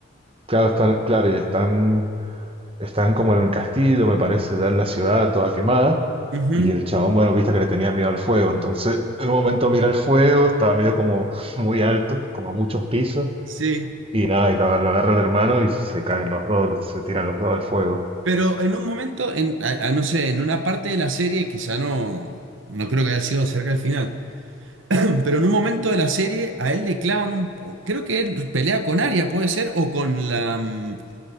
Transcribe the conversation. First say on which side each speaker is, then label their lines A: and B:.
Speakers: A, on the right; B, on the right.
A: claro, están, claro, y están están como en el castillo, me parece, ya en la ciudad, toda quemada.
B: Ujú,
A: Y el chabón, bueno, viste que le tenía miedo al fuego. Entonces, en un momento mira el fuego, estaba medio como muy alto, como a muchos pisos.
B: Sí.
A: Y nada, y lo, lo agarra el hermano y se caen los dos, se tiran los dos al fuego.
B: Pero en un momento, en, a- a- no sé, en una parte de la serie, quizá no, no creo que haya sido cerca del final, <clears throat> pero en un momento de la serie a él le clavan un... o- Creo que él pelea con Arya, puede ser, o con la... mm,